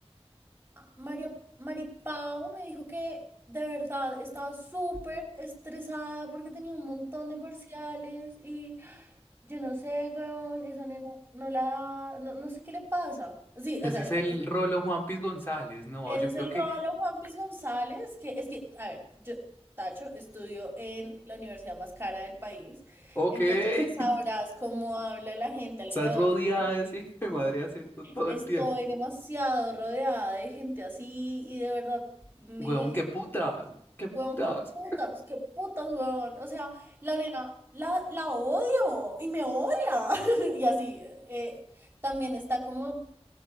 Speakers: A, on the right; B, on the left.
A: Ah, María, Maripao me dijo que de verdad estaba súper estresada porque tenía un montón de parciales y yo no sé, weón, esa nena no la... No, no sé qué le pasa. Sí,
B: Ese
A: o sea,
B: es
A: está,
B: el rolo Juanpis González, ¿no?
A: ese
B: Yo
A: es
B: creo
A: el
B: que,
A: Rolo Juan Piz González, que es que, a ver, yo, Tacho, estudio en la universidad más cara del país,
B: ok,
A: entonces
B: <laughs>
A: sabrás cómo habla la gente alrededor
B: estás rodeada
A: mío.
B: de ese hijo de madre acento todo
A: Estoy
B: el tiempo.
A: demasiado rodeada de gente así y de verdad me...
B: Huevón, qué putas, qué putas.
A: Weón, qué putas, qué putas, weón. O sea, la nena, la, la odio y me odia. <laughs> Y así. eh, también está como